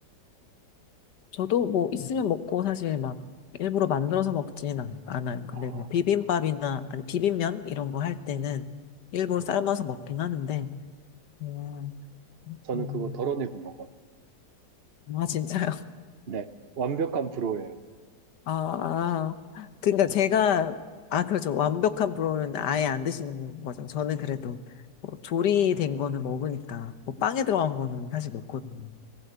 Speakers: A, on the left; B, on the right.
A: 저도 뭐 있으면 먹고 사실 막 일부러 만들어서 먹진 않- 않아요. 근데
B: 아,
A: 뭐 비빔밥이나 아니 비빔면 이런 거 할 때는 일부러
B: 네.
A: 삶아서 먹긴 하는데. 음,
B: 저는
A: 음.
B: 그거 덜어내고 먹어요.
A: 아 진짜요? <laughs>
B: 네. 완벽한 프로예요.
A: 아, 아. 그러니까 제가 아 그렇죠. 완벽한 불호는 아예 안 드시는 거죠. 저는 그래도 뭐 조리된 거는 먹으니까 뭐 빵에 들어간 거는 사실 먹거든요.